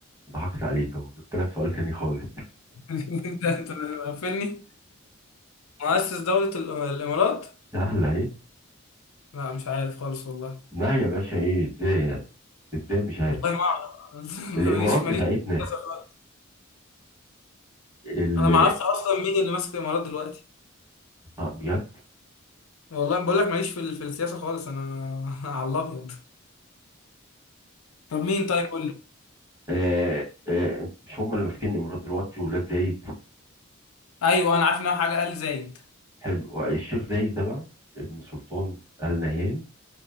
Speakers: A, on the right; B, on the left.
A: ضحكت عليك اهو جبت لك سؤال تاني خالص
B: <laughs> انت انت مغفلني مؤسس دولة ال- الامارات
A: سهلة اهي
B: لا مش عارف خالص والله
A: لا يا باشا ايه ازاي يعني ازاي مش عارف
B: والله ما اعرف <laughs>
A: الامارات
B: ماليش
A: بتاعتنا
B: ماليش في السياسة خالص
A: ال...
B: انا ما
A: آه،
B: اعرفش اصلا مين اللي ماسك الامارات دلوقتي
A: طب بجد
B: والله بقول لك ماليش في ال- في السياسة خالص انا <laughs> على الابيض طب مين طيب قول لي
A: آه آه مش هم اللي ماسكين الامارات دلوقتي ولاد زايد
B: ايوه انا عارف ان هو حاجة ال زايد
A: حلو الشيخ زايد ده بقى ابن سلطان آل نهيان